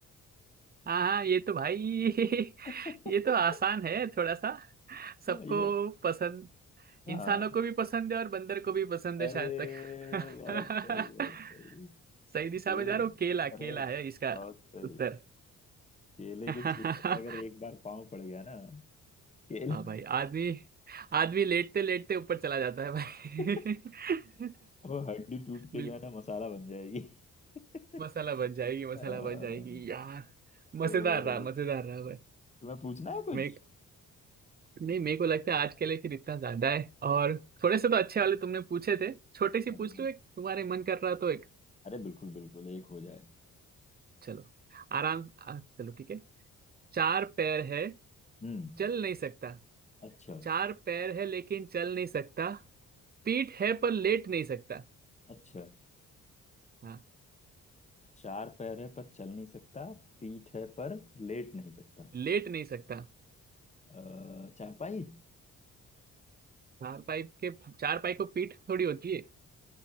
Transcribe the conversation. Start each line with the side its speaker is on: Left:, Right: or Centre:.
Right: हाँ हाँ ये तो भाई <laughs>
Left: <laughs>
Right: ये तो आसान है थोड़ा सा सबको
Left: ये
Right: पसंद
Left: हाँ
Right: इंसानों को भी पसंद है और बंदर को भी पसंद
Left: अरे
Right: है शायद तक
Left: बहुत सही बहुत
Right: <laughs>
Left: सही
Right: सही दिशा
Left: जरूर
Right: में जा रहा हूँ केला केला
Left: अरे
Right: है इसका
Left: बहुत सही
Right: उत्तर
Left: केले
Right: <laughs>
Left: के छिलके पे अगर एक बार पाँव पड़ गया ना केला
Right: हाँ भाई आदमी आदमी लेटते लेटते ऊपर चला जाता है भाई
Left: <laughs>
Right: <laughs>
Left: वो हड्डी टूट के
Right: बिल्कुल
Left: जो है ना मसाला बन जाएगी <laughs>
Right: मसाला बन जाएगी मसाला
Left: अ,
Right: बन जाएगी यार
Left: तो
Right: मजेदार रहा मजेदार रहा भाई
Left: तुम्हें पूछना है कुछ
Right: मैं नहीं मेरे को लगता है आज के लिए फिर इतना ज्यादा है और थोड़े से तो अच्छे वाले तुमने पूछे थे छोटे से
Left: अरे
Right: पूछ लो एक तुम्हारे मन कर रहा तो एक
Left: अरे बिल्कुल बिल्कुल एक हो जाए
Right: चलो आराम आ, चलो ठीक है चार पैर है
Left: हम्म
Right: चल नहीं सकता
Left: अच्छा
Right: चार पैर है लेकिन चल नहीं सकता पीठ है पर लेट नहीं सकता
Left: अच्छा
Right: हाँ
Left: चार पैर है पर चल नहीं सकता पीठ है पर लेट नहीं सकता
Right: लेट नहीं सकता
Left: अ, चारपाई
Right: चार पाई के चार पाई को पीठ थोड़ी होती है